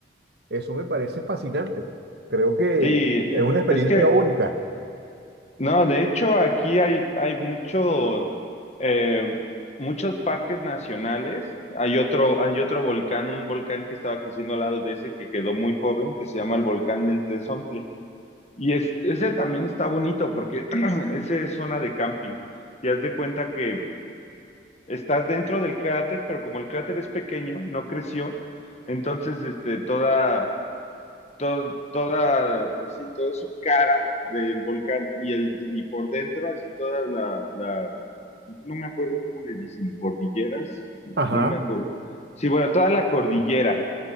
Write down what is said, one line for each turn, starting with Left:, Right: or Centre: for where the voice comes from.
Right: eso me parece fascinante. Creo que
Left: Sí, eh,
Right: es una experiencia
Left: es que,
Right: única.
Left: no, de hecho aquí hay, hay mucho, eh, muchos parques nacionales. Hay otro, hay otro volcán, un volcán que estaba creciendo al lado de ese que quedó muy joven, que se llama el volcán del Tezontle. Y es- ese también está bonito porque <clears throat> ese es zona de camping. Y haz de cuenta que estás dentro del cráter, pero como el cráter es pequeño, no creció, entonces este, toda todo, toda, así, toda su cara del volcán y, el, y por dentro, así toda la, la, no me acuerdo cómo le dicen, cordilleras,
Right: Ajá.
Left: no me acuerdo. Sí, bueno, toda la cordillera